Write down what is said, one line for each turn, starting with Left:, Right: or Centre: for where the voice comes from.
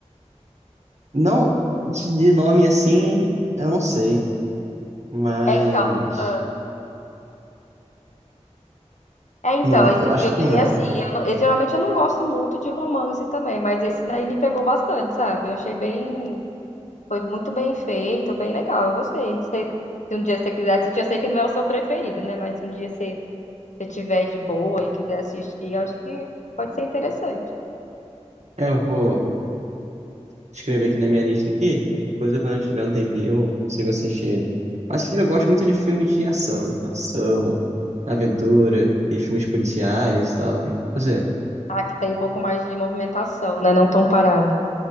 Right: Não, de de nome assim, eu não sei, mas...
Left: É então, ah, é então,
Right: Não,
Left: esse
Right: eu acho
Left: filme
Right: que
Left: aí
Right: não.
Left: assim, eu, não- eu geralmente eu não gosto muito de romance também, mas esse daí me pegou bastante, sabe? Eu achei bem, foi muito bem feito, bem legal, eu gostei. Se, se um dia você quiser assistir, eu sei que não é o seu preferido, né? Mas se um dia você, você tiver de boa e quiser assistir, eu acho que pode ser interessante.
Right: Eu vou... escrever aqui na minha lista aqui. e Coisa quando eu tiver um tempinho, eu consigo assistir ele. Mas assim, eu gosto muito de filmes de ação. Ação, aventura, e filmes policiais e tal. E você?
Left: Ah, que tem um pouco mais de movimentação, né? Não tão parado.